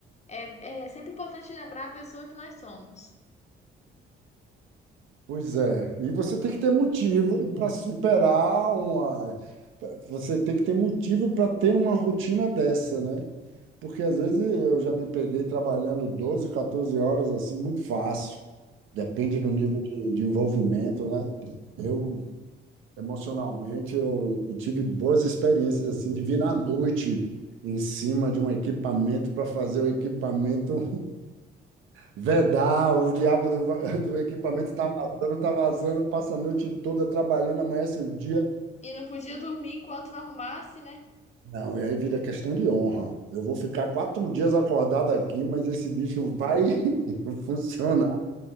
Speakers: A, on the left; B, on the right.
A: É, é sempre importante lembrar a pessoa que nós somos.
B: Pois é. E você tem que ter motivo para superar uma. Você tem que ter motivo para ter uma rotina dessa, né? Porque às vezes eu já me peguei trabalhando 12, 14 horas assim, muito fácil. Depende
A: Hum.
B: do nível de, de envolvimento, né? Eu, emocionalmente, eu, eu tive boas experiências assim, de vir à noite em cima de um equipamento para fazer o equipamento Vedar, o diabo do, va- <laughs> do equipamento está vazando, tá vazando, passa a noite toda trabalhando, amanhece o dia.
A: E não podia dormir enquanto não arrumasse, né?
B: Não, e aí vira questão de honra. Eu vou ficar quatro dias acordado aqui, mas esse bicho vai <laughs> funcionar.